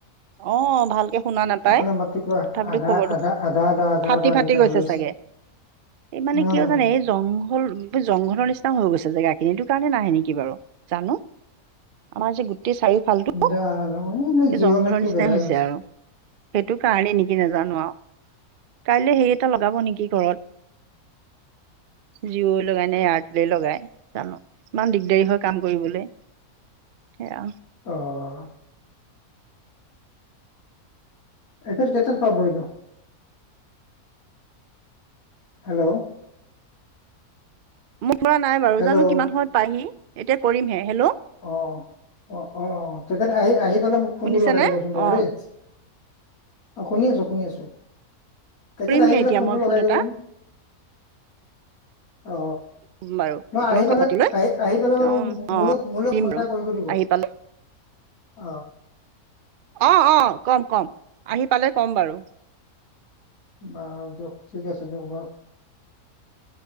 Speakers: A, on the right; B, on the left.
A: অ ভালকে শুনা নাপায়
B: আপোনাৰ মাতটো কিবা
A: তথাপিতো
B: আধা,
A: খবৰটো
B: আধা, আধা, আধা, আধা,
A: ফাটি
B: আধা
A: ফাটি
B: মিতাৰ
A: গৈছে
B: হৈ আছে।
A: চাগে
B: <inaudible>
A: এই মানে
B: উম
A: কিয় জানে এই জংঘল জংঘলৰ নিচিনা হৈ গৈছে জেগাখিনি এইটো কাৰণে নাহে নেকি বাৰু। জানো। আমাৰ যে গোটেই চাৰিওফালটো,
B: জানো এই জিঅ'
A: জংঘলৰ
B: নেটটো
A: নিচিনাই
B: বেয়াই
A: হৈছে আৰু। সেইটো কাৰণে নেকি নাজানো আৰু। কাইলে হেৰি এটা লগাব নেকি ঘৰত। জিঅ' লগাই নে এয়াৰটেলে লগাই জানো ইমান দিগদাৰী হয় কাম কৰিবলৈ। সেয়া।
B: অহ। এখেত কেইটাত পাবহি নো? হেল্ল'।
A: ফোন কৰা নাই বাৰু,
B: হেল্ল'
A: জানো কিমান সময়ত পাইহি এতিয়া কৰিমহে। হেল্ল'!
B: অ, অ, অ, তেখেত আহি আহি পালে মোক ফোনটো
A: শুনিছেনে
B: লগাই দিবচোন বাৰু
A: অ
B: দেই। অ শুনি আছো, শুনি আছো। তেখেত
A: কৰিমহে
B: আহি পেলাই
A: এতিয়া
B: ফোনটো
A: মই
B: লগাই
A: ফোন
B: দিবচোন।
A: এটা
B: অ
A: বাৰু
B: ন
A: আপোনাৰ
B: আহি
A: লগত
B: পালে,
A: কথা পাতি লৈ
B: আহি আহি পেলাই বাৰু
A: অ
B: মোলৈ মোলৈ
A: দিম
B: ফোন
A: বাৰু
B: এটা কৰিব দিব
A: আহি পালে
B: অ
A: অ অ কম কম আহি পালে কম বাৰু।
B: বাৰু দিয়ক ঠিক আছে বাৰু দিয়ক।